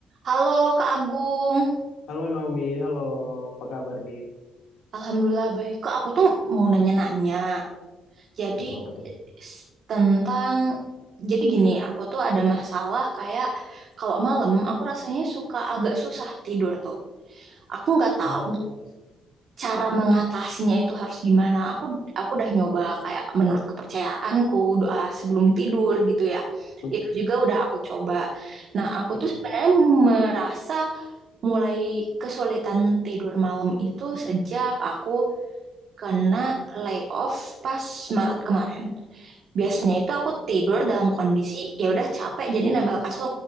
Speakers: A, on the right; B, on the left.
A: Halo Kak Agung,
B: Halo Naomi, halo. Apa kabar nih?
A: Alhamdulillah baik. Kak, aku tuh mau nanya-nanya. Jadi
B: Apa tuh, apa tuh?
A: s- tentang, jadi gini, aku tuh ada masalah kayak kalau malam aku rasanya suka agak susah tidur tuh. Aku nggak tahu
B: Oh, I see.
A: cara mengatasinya itu harus gimana. Aku aku udah nyoba kayak menurut kepercayaanku doa sebelum tidur gitu ya.
B: Mm,
A: Itu juga udah aku coba. Nah, aku
B: mm,
A: tuh
B: mm,
A: sebenarnya merasa Mulai kesulitan tidur malam itu sejak aku kena layoff pas Maret kemarin. Biasanya itu aku tidur dalam kondisi ya udah capek jadi nempel kasur